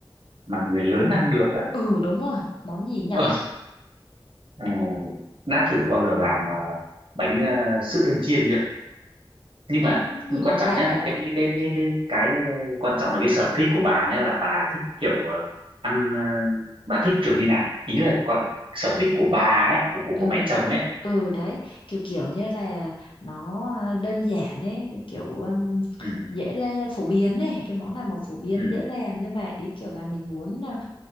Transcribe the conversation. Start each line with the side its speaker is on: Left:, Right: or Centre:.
Right: mà người lớn ăn được á
Left: ừ đúng rồi, món gì nhở?
Right: Ờ, ờ, đã thử bao giờ làm ờ, bánh ờ, sữa tươi chiên chưa nhưng
Left: Cái
Right: mà
Left: Món gì mà
Right: quan
Left: lạ
Right: trọng nhá
Left: vậy?
Right: cái cái cái, cái ờ, quan trọng là cái sở thích của bà nhá là bà thích kiểu ờ, ăn ờ, bà thích kiểu như nào ý là con sở thích của bà ấy của của của
Left: Ừ.
Right: mẹ chồng ấy
Left: Ừ đấy, kiểu kiểu như là nó à, đơn giản ấy, kiểu um,
Right: ừ
Left: dễ là phổ biến ấy, cái món này mà phổ biến
Right: ừ
Left: dễ làm nhưng mà ý kiểu là mình muốn à,